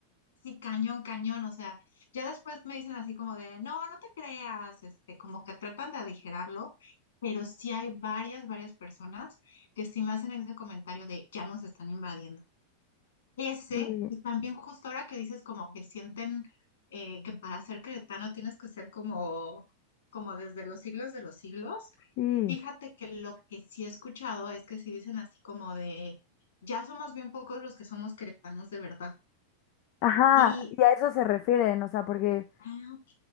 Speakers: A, on the left; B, on the left.
A: Sí, cañón, cañón, o sea, ya después me dicen así como de, no, no te creas, este, como que tratan de aligerarlo, pero sí hay varias, varias personas que sí me hacen ese comentario de, ya nos están invadiendo. Ese,
B: Sí,
A: y también justo ahora que dices como que sienten eh, que para ser cretano tienes que ser como, como desde los siglos de los siglos,
B: sí.
A: Fíjate que lo que sí he escuchado es que sí dicen así como de, ya somos bien pocos los que somos queretanos de verdad.
B: Ajá,
A: Y,
B: y a eso se refieren, o sea, porque
A: ah, ok.